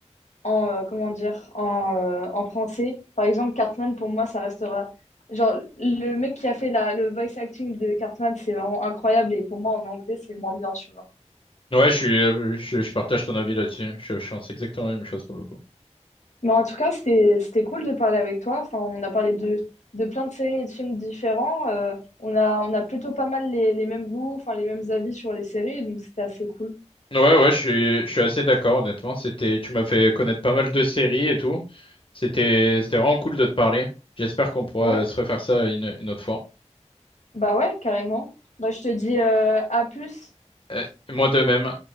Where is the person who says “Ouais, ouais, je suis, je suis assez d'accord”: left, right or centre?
Left